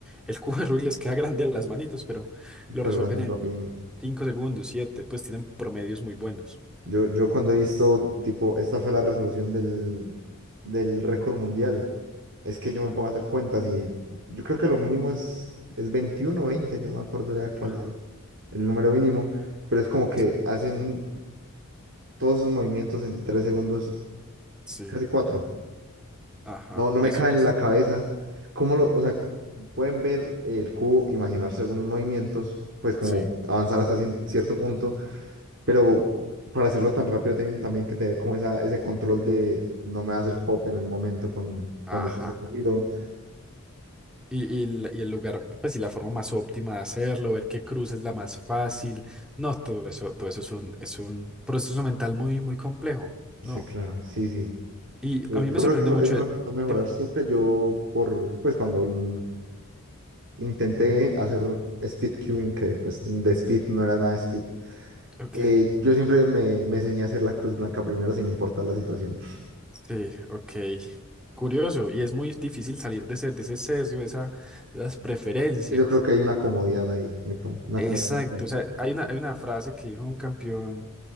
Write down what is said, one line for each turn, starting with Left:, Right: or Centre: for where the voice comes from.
Centre: el cubo de Rubik les queda grande a las manitos, pero lo
Right: pero
Centre: resuelven
Right: lo hacen
Centre: en
Right: rapidísimo.
Centre: 5 segundos, siete. pues tienen promedios muy buenos.
Right: Yo, yo cuando he visto, tipo, esta fue la resolución del, del récord mundial, es que yo me
Centre: Mm.
Right: pongo a hacer cuentas y yo creo que lo mínimo es, es 21 o 20, yo no me acuerdo ya
Centre: Ajá,
Right: cuál es el número mínimo, pero es como que
Centre: sí,
Right: hacen todos esos movimientos en tres segundos,
Centre: sí,
Right: casi cuatro.
Centre: ajá,
Right: No, no me
Centre: eso
Right: cabe
Centre: es,
Right: en la cabeza. ¿Cómo lo, o sea, pueden ver el cubo, imaginarse algunos movimientos, pues como
Centre: sí,
Right: avanzar hasta cien- cierto punto, pero para hacerlo tan rápido tienen también que tener como esa, ese control de no me va hacer pop en el momento con,
Centre: ajá.
Right: cuando está haciendo el giro.
Centre: Y, y el, y el lugar, pues y la forma más óptima de hacerlo, ver qué cruz es la más fácil. No, todo eso, todo eso es un, es un proceso mental muy, muy complejo.
Right: Sí,
Centre: No.
Right: claro, sí, sí.
Centre: Y
Right: Yo
Centre: a mí
Right: yo
Centre: me
Right: creo
Centre: sorprende
Right: que eso,
Centre: mucho
Right: eso me
Centre: el.
Right: faltó mejorar
Centre: Dime.
Right: siempre. Yo, por, pues cuando l- intenté hacer speed queuing, que pues de speed no era nada speed,
Centre: Ok.
Right: Eh, yo siempre me, me enseñé a hacer la cruz blanca primero sin importar la situación.
Centre: Sí, ok. Curioso. Y es muy difícil salir de ese, de ese sesgo, de esa, de las preferencias.
Right: Es que yo creo que hay una comodidad ahí, epa, una
Centre: Exacto.
Right: comodidad mental
Centre: O sea, hay una, hay una frase que dijo un campeón